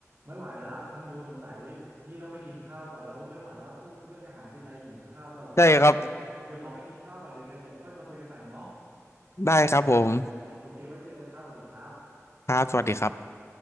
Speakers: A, on the right (about 45°); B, on the left (about 55°).
A: ไม่ไหวละน้องยูสงสัยพี่ต้องไปกินข้าวก่อนแล้วโอ้ไม่ไหวแล้วพูดเรื่องอาหารที่ไรหิวข้าวตลอดเอางี้ไหมเดี๋ยวเดี๋ยวเดี๋ยวขอไปกินข้าวก่อนเดี๋ยวไงเดี๋ยวค่อยมาคุยกันใหม่เนาะ
B: ได้ครับได้ครับผม
A: โอเคไว้เจอกันครับสวัสดีครับ
B: ครับสวัสดีครับ